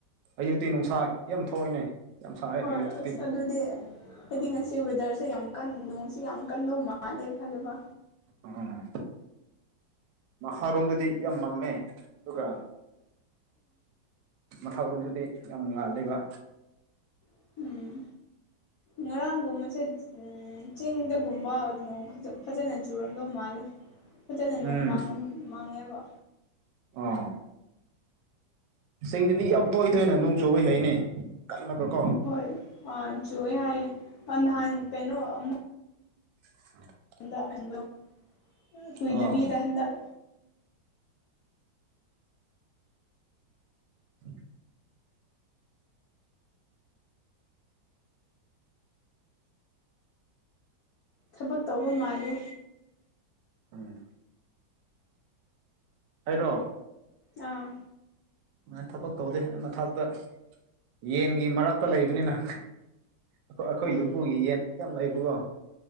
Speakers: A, on the right; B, on the left.
A: ꯑꯌꯨꯛꯇꯤ ꯅꯨꯡꯁꯥ ꯌꯥꯝ ꯊꯣꯛꯏꯅꯦ ꯌꯥꯝ ꯁꯥꯏ
B: ꯍꯣꯏ
A: ꯑꯌꯨꯛꯇꯤ
B: ꯑꯁ ꯑꯗꯨꯗꯤ ꯈꯣꯏꯗꯤ ꯉꯁꯤ ꯋꯦꯗꯔꯁꯦ ꯌꯥꯝ ꯀꯟ ꯅꯣꯡꯁꯤ ꯌꯥꯝ ꯀꯟꯗꯧ ꯃꯥꯜꯂꯦ ꯈꯜꯂꯨꯕ
A: ꯑꯣ ꯃꯈꯥꯔꯣꯝꯗꯗꯤ ꯌꯥꯝ ꯃꯝꯃꯦ ꯗꯨꯒ ꯃꯊꯛꯂꯣꯝꯗꯗꯤ ꯌꯥꯝ ꯉꯥꯜꯂꯦꯕ
B: ꯎꯝ ꯉꯔꯥꯡꯒꯨꯝꯕꯁꯦ ꯎꯝ ꯆꯤꯡꯗꯒꯨꯝꯕ ꯅꯣꯡ ꯈꯖꯛ ꯐꯖꯅ ꯆꯨꯔꯝꯗꯧ ꯃꯥꯜꯂꯦ ꯐꯖꯅ ꯅꯣꯡ
A: ꯎꯝ
B: ꯃꯪ ꯃꯪꯉꯦꯕ
A: ꯑꯥꯎ ꯆꯤꯡꯗꯗꯤ ꯌꯥꯝ ꯇꯣꯏ ꯇꯣꯏꯅ ꯅꯣꯡ ꯆꯨꯏꯋꯦ ꯍꯥꯏꯅꯦ ꯀꯟꯂꯒꯀꯣ
B: ꯍꯣꯏ ꯑ ꯆꯨꯏꯋꯩ ꯍꯥꯏꯌꯦ ꯑ ꯅꯍꯥꯟ ꯀꯩꯅꯣ ꯑꯃꯨꯛ
A: <inaudible>
B: <unintelligible> ꯀꯨꯏꯗꯕꯤꯗ
A: ꯑꯥ
B: ꯍꯟꯗꯛ
A: <inaudible>
B: ꯊꯕꯛ ꯇꯧꯕ ꯃꯥꯜꯂꯦ
A: ꯎꯝ ꯑꯩꯔꯣ
B: ꯑꯥ
A: ꯑꯗꯨꯨ ꯊꯕꯛ ꯇꯧꯗꯦ ꯃꯊꯛꯇ ꯌꯦꯟꯒꯤ ꯃꯔꯛꯇ ꯂꯩꯕꯅꯤꯅ ꯑꯈꯣꯏ ꯑꯈꯣꯏ
B: ꯑꯣ
A: ꯌꯨꯝꯄꯨꯒꯤ ꯌꯦꯟ ꯌꯥꯝ ꯂꯩꯕꯀꯣ